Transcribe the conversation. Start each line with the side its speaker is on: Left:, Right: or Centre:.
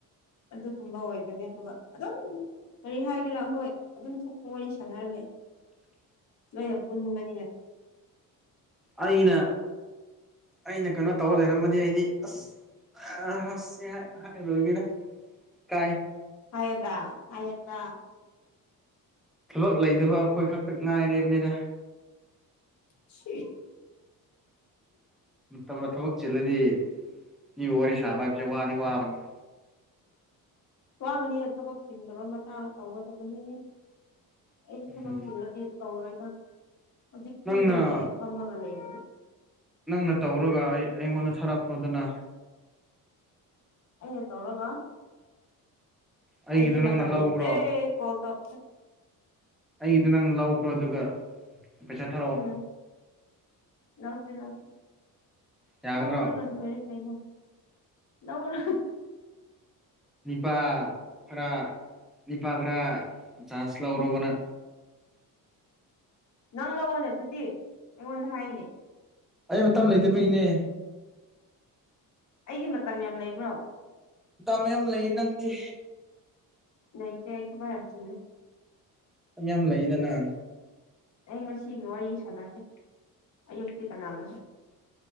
Left: ꯑꯗꯨꯒꯨꯝꯕ ꯑꯣꯏꯕꯅꯤ ꯑꯗꯨꯒ ꯑꯗꯨꯝ ꯀꯔꯤ ꯍꯥꯏꯒꯦꯔꯥ ꯍꯣꯏ ꯑꯗꯨꯝ ꯊꯣꯛꯄ ꯋꯥꯔꯤ ꯁꯥꯟꯅꯔꯂꯦ ꯅꯣꯏ ꯄꯨꯕꯅꯤ
Centre: ꯑꯩꯅ ꯑꯩꯅ ꯀꯩꯅꯣ ꯇꯧꯔ ꯂꯩꯔꯝꯃꯗꯤ ꯑꯩꯗꯤ ꯑꯁ ꯑꯁ ꯍꯥꯏꯔꯨꯔꯣꯏꯒꯦꯗ ꯀꯥꯏ
Left: ꯍꯥꯏꯌꯦꯗꯥ ꯍꯥꯏꯌꯦꯗꯥ
Centre: ꯊꯕꯛ ꯂꯩꯇꯕ ꯑꯩꯈꯣꯏ ꯈꯛꯇ ꯉꯥꯏꯔꯦꯕꯅꯤꯗ
Left: ꯁꯤ
Centre: ꯃꯇꯝꯅ ꯊꯕꯛ ꯆꯤꯜꯂꯗꯤ ꯃꯤꯕꯨ ꯋꯥꯔꯤ ꯁꯥꯕ ꯍꯥꯏꯕꯁꯦ ꯋꯥ ꯅꯤ ꯋꯥꯅꯤ
Left: ꯋꯥꯕꯅꯤꯅ ꯊꯕꯛ ꯆꯤꯟꯗꯕ ꯃꯇꯥꯡ ꯇꯧꯕ ꯇꯕꯅꯤ ꯑꯩ
Centre: ꯎꯝ
Left: ꯊꯕꯛ ꯆꯤꯜꯂꯗꯤ ꯇꯧꯔꯦꯗ ꯍꯧꯖꯤꯛ
Centre: ꯅꯪꯅ
Left: ꯐ꯭ꯔꯤꯗ ꯂꯩꯌꯦꯦ ꯐꯝꯃꯒ ꯂꯩꯔꯦ
Centre: ꯅꯪꯅ ꯇꯧꯔꯒ ꯑꯩ ꯑꯩꯉꯣꯟꯗ ꯊꯥꯔꯛꯈ꯭ꯔꯣꯗꯅ
Left: ꯦ ꯇꯧꯔꯒ
Centre: ꯑꯩꯒꯤꯗꯣ
Left: ꯑꯩꯗꯤ ꯃ ꯃꯇꯝꯝ
Centre: ꯅꯪꯅ ꯂꯧꯈ꯭ꯔꯣ
Left: ꯂꯩꯇꯦ ꯀꯣꯜ ꯇꯧ
Centre: ꯑꯩꯒꯤꯗ ꯅꯪ ꯂꯧꯈ꯭ꯔꯣ ꯑꯗꯨꯒ ꯄꯩꯁꯥ ꯊꯥꯔꯛꯑꯣ
Left: ꯎꯝ ꯂꯧꯀꯦ ꯂꯀꯦ
Centre: ꯌꯥꯒꯗ꯭ꯔꯣ
Left: ꯂꯧꯔꯒ ꯂꯣꯏꯔꯦ ꯀꯩꯅꯩꯅ ꯂꯧꯔ
Centre: ꯅꯤꯄꯥ ꯈꯔ ꯅꯤꯄꯥ ꯈꯔ ꯆꯥꯟꯁ ꯂꯧꯔꯕꯅ
Left: ꯅꯪ ꯂꯥꯛꯑꯣꯅꯦ ꯑꯗꯨꯗꯤ ꯑꯩꯉꯣꯟꯗ ꯍꯥꯏꯅꯦ
Centre: ꯑꯩ ꯃꯇꯝ ꯂꯩꯇꯕ ꯏꯅꯦ
Left: ꯑꯩꯒꯤ ꯃꯇꯝ ꯌꯥꯝ ꯂꯩꯕ꯭ꯔꯣ
Centre: ꯃꯌꯥꯝ ꯂꯩ ꯅꯪꯒꯤ
Left: ꯃꯇ ꯈꯕꯥꯏ ꯌꯥꯁꯤ
Centre: ꯌꯥꯝ ꯂꯩꯗꯅ
Left: ꯑꯩ ꯉꯁꯤꯒꯤ ꯋꯥꯔꯤ ꯁꯥꯟꯅꯗꯦ ꯑꯌꯨꯛꯇꯤ ꯀꯅꯥꯅꯣꯁꯤ